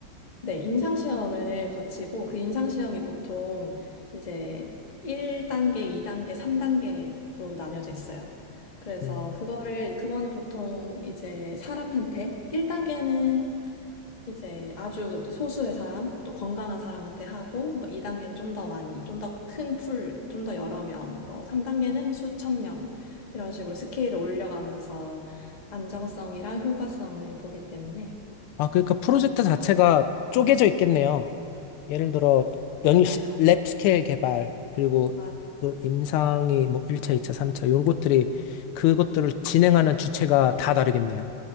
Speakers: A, on the left; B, on the left.
A: 네, 임상 시험을 거치고 그 임상 시험이 보통 이제 1단계, 2단계, 3단계로 나뉘어져 있어요. 그래서
B: 음.
A: 그거를 그거는 보통 이제 사람한테 1단계는 이제 아주 소수의 사람, 또 건강한 사람한테 하고, 뭐 2단계는 좀 더 많이, 좀 더 큰 풀, 좀 더 여러 명, 뭐 3단계는 수천 명, 이런 식으로 스케일을 올려가면서 안정성이랑 효과성을 보기 때문에.
B: 아 그러니까 프로젝트 자체가 쪼개져 있겠네요. 예를 들어 연랩
A: 맞아요.
B: 스케일 개발 그리고
A: 맞-
B: 그 임상이 뭐 1차, 2차, 3차 요것들이 그것들을
A: 맞아요.
B: 진행하는 주체가 다 다르겠네요.